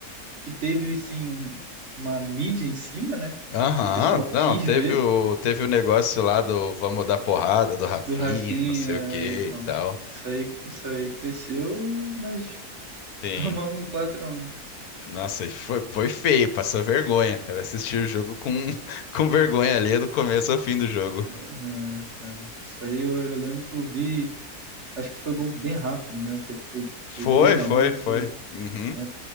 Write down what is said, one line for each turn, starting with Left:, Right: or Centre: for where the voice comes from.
Right: que teve, assim, um- uma mídia em cima, né,
Left: Aham,
Right: que o pessoal
Left: não,
Right: quis
Left: teve
Right: ver
Left: o, teve o negócio lá do vamos dar porrada do Rafinha,
Right: do Rafinha,
Left: não sei o que
Right: então,
Left: e tal.
Right: isso aí, isso aí cresceu, e, mas <laughs>
Left: Sim,
Right: tomamos 4x1,
Left: Nossa, e foi, foi feio, passou vergonha, cara. assistir o jogo com, <laughs> com vergonha ali do começo ao fim do jogo.
Right: é, cara, isso aí eu, eu lembro que eu vi, acho que foi gol bem rápido, né, até foi, foi
Left: Foi,
Right: dois a
Left: foi,
Right: um
Left: foi. Uhum.
Right: é,